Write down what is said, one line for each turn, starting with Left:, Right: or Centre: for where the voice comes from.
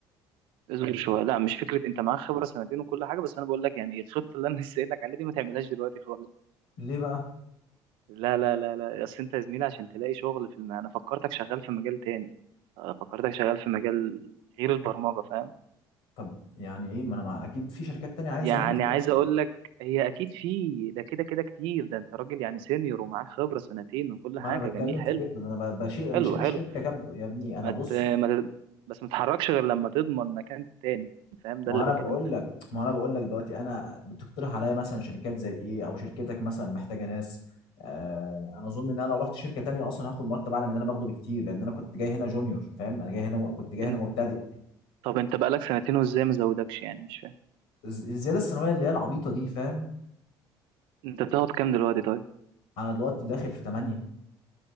Right: اصبر شوية لا مش فكرة انت معاك خبرة سنتين وكل حاجة بس انا بقول لك يعني الخطة اللي انا <laughs> لسه قايل لك عليها دي ما تعملهاش دلوقتي خالص
Left: ليه بقى
Right: لا لا لا لا اصل انت يا زميلي عشان تلاقي شغل في الم... انا فكرتك شغال في مجال تاني آه، فكرتك شغال في مجال غير البرمجة فاهم
Left: طب يعني ايه ما انا مع... اكيد في شركات تانية عايزه
Right: يعني
Left: ناس برضه
Right: عايز
Left: يعني.
Right: اقول لك هي اكيد في ده كده كده كتير ده انت راجل يعني سينيور ومعاك خبره سنتين وكل
Left: ما
Right: حاجه
Left: انا بتكلم
Right: جميل حلو
Left: في كده ده انا ب- بشيل انا
Right: حلو
Left: شايل
Right: حلو
Left: الشركه كب... يا ابني انا
Right: ما
Left: بص
Right: ت... ما ت... بس ما تتحركش غير لما تضمن مكان تاني فاهم ده
Left: ما
Right: اللي
Left: انا
Right: بكلمك
Left: بقول
Right: فيه
Left: لك ما انا بقول لك دلوقتي انا بتقترح عليا مثلا شركات زي ايه او شركتك مثلا محتاجه ناس آه انا اظن ان انا لو رحت شركه تانية اصلا هاخد مرتب اعلى من اللي انا باخده بكتير لان انا كنت جاي هنا جونيور فاهم انا جاي هنا م- كنت جاي
Right: انت
Left: هنا مبتدئ
Right: طب انت بقالك سنتين وازاي ما زودكش يعني مش فاهم
Left: الز- الزياده السنويه اللي هي العبيطه دي فاهم
Right: انت بتاخد كام دلوقتي طيب
Left: انا دلوقتي داخل في 8